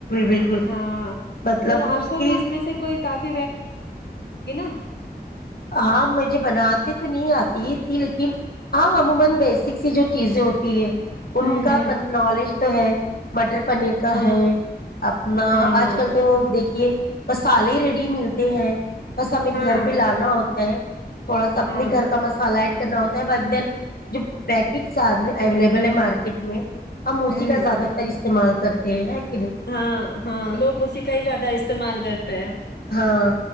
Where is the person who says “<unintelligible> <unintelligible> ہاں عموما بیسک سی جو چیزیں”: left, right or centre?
Left